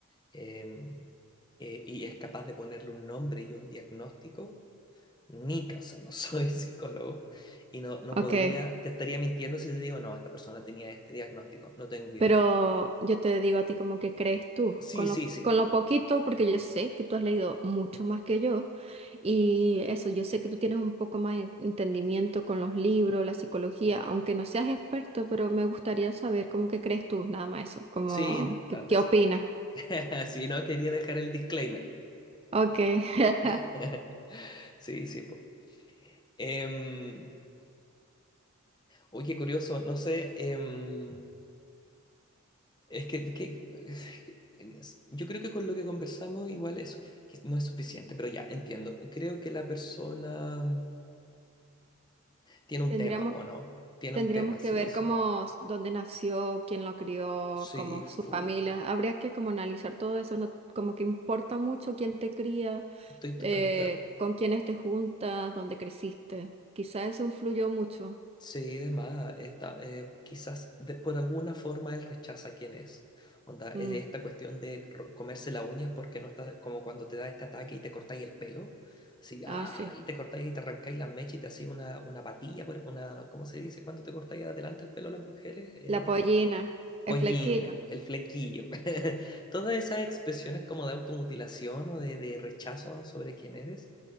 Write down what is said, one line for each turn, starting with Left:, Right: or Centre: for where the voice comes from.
Left: em, eh, y es capaz de ponerle un nombre y un diagnóstico, ni, ca- o sea, no soy <laughs> psicólogo y no, no
Right: Ok,
Left: podría, te estaría mintiendo si te digo, no, esta persona tenía este diagnóstico, no tengo idea.
Right: pero yo te digo a ti como que crees tú,
Left: Sí,
Right: con
Left: sí,
Right: lo,
Left: sí,
Right: con lo poquito, porque yo sé que tú has leído mucho más que yo, y eso, yo sé que tú tienes un poco más de entendimiento con los libros, la psicología, aunque no seas experto, pero me gustaría saber cómo que crees tú, nada más eso, como,
Left: sí, no, dale,
Right: ¿qué, qué
Left: sí.
Right: opinas?
Left: <laughs> Sí, no, quería dejar el disclaimer.
Right: Ok, <laughs>
Left: <laughs> Sí, sí. po. Em, oye, qué curioso, no sé, em, es que, que- es- yo creo que con lo que conversamos igual es suf- que no es suficiente, pero ya, entiendo. Creo que la persona mm, tiene un
Right: tendríamos
Left: tema, po, ¿no? Tiene
Right: Tendríamos
Left: un tema,
Right: que
Left: sí
Right: ver
Left: o sí.
Right: cómo, s- dónde nació, quién lo crió,
Left: Sí,
Right: como
Left: full.
Right: su familia. Habría que como analizar todo eso, no, como que importa mucho quién te cría,
Left: Estoy totalmente
Right: eh,
Left: de acuerdo.
Right: con quiénes te juntas, dónde creciste. Quizás eso influyó mucho.
Left: Sí, de más, está, eh, quizás de- por alguna forma él rechaza quién es. Onda, eh,
Right: Mm,
Left: esta cuestión de ro- comerse las uñas porque no está como cuando te da este ataque y te cortáis el pelo. Sí, ah,
Right: ah, sí.
Left: y te cortáis y te arrancáis las mechas y te hacía una, una patilla, por- una, ¿cómo se dice? Cuando te cortáis adelante el pelo a las mujeres, eh,
Right: La pollina, el
Left: pollín,
Right: flequillo.
Left: el flequillo. <laughs> Todas esas expresiones como de automutilación o de, de rechazo sobre quién eres